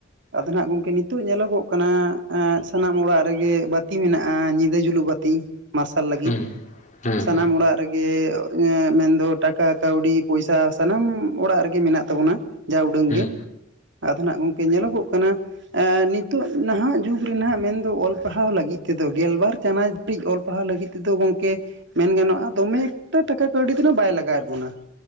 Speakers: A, on the right (about 60°); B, on the left (about 35°).
A: ᱟᱫᱚ ᱱᱷᱟᱜ ᱜᱚᱢᱠᱮ ᱱᱤᱛᱚᱜ ᱧᱮᱞᱚᱜᱚᱜ ᱠᱟᱱᱟ ᱥᱟᱱᱟᱢ ᱚᱲᱟᱜ ᱨᱮᱜᱮ ᱵᱟᱹᱛᱤ ᱢᱮᱱᱟᱜᱼᱟ ᱧᱤᱫᱟᱹ ᱡᱩᱞᱩᱜ ᱵᱟᱹᱛᱤ ᱢᱟᱨᱥᱟᱞ ᱞᱟᱹᱜᱤᱫ
B: ᱦᱩᱸ ᱦᱩᱸ
A: ᱥᱟᱱᱟᱢ
B: ᱦᱩᱸ
A: ᱚᱲᱟᱜ ᱨᱮᱜᱮ ᱢᱮᱱᱫᱚ ᱴᱟᱠᱟ ᱠᱟᱹᱣᱰᱤ ᱯᱚᱭᱥᱟ ᱥᱟᱱᱟᱢ ᱚᱲᱟᱜ ᱨᱮᱜᱮ ᱢᱮᱱᱟᱜ ᱛᱟᱵᱚᱱᱟ ᱡᱟ ᱩᱰᱟᱹᱝ
B: ᱦᱩᱸ
A: ᱜᱮ। ᱟᱫᱚ ᱱᱷᱟᱜ ᱜᱚᱝᱠᱮ ᱧᱮᱞᱚᱜᱚᱜ ᱠᱟᱱᱟ ᱮᱸ ᱱᱤᱛᱚᱜ ᱱᱟᱦᱟᱜ ᱡᱩᱜᱽ ᱨᱮᱱᱟᱜ ᱢᱮᱱᱫᱚ ᱚᱞ ᱯᱟᱲᱦᱟᱣ ᱞᱟᱹᱜᱤᱫ ᱛᱮᱫᱚ ᱜᱮᱞᱵᱟᱨ ᱪᱟᱱᱟᱪᱼᱼ <unintelligible> ᱚᱞ ᱯᱟᱲᱦᱟᱣ ᱞᱟᱹᱜᱤᱫ ᱛᱮᱫᱚ ᱜᱚᱝᱠᱮ ᱢᱮᱱ ᱜᱟᱱᱚᱜᱼᱟ ᱫᱚᱢᱮ ᱮᱠᱴᱟ ᱴᱟᱠᱟ ᱠᱟᱹᱣᱰᱤ ᱫᱚ ᱵᱟᱭ ᱞᱟᱜᱟᱣᱮᱫ ᱵᱚᱱᱟ।